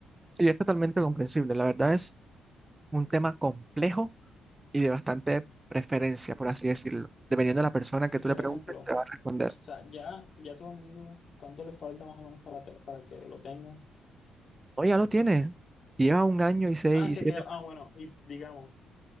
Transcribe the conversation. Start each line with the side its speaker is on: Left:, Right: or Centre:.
Right: Y es totalmente comprensible. La verdad es un tema complejo y de bastante preferencia, por así decirlo. Dependiendo de la persona que
Left: Y
Right: tú
Left: por
Right: le preguntes,
Left: ejemplo, o
Right: te va a responder.
Left: sea, ya, ya tu amigo, ¿cuánto le falta más o menos para, te- para que lo tenga?
Right: No, ya lo tiene. Lleva un año y seis
Left: Ah,
Right: y
Left: sí,
Right: siete
Left: es que, ah,
Right: meses.
Left: bueno, y digamos,